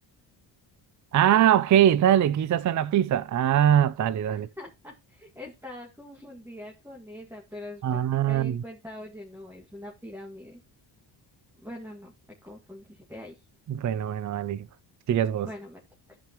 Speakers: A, on the right; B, in the centre.
A: Ah, ok, dale, quizás suena Pisa. Ah, dale, dale.
B: <laughs> Estaba confundida con esa, pero después
A: Ah,
B: sí caí en cuenta, oye, no, es una pirámide. Bueno, no, me confundiste ahí.
A: bueno, bueno, dale, sigues vos,
B: Bueno, me to-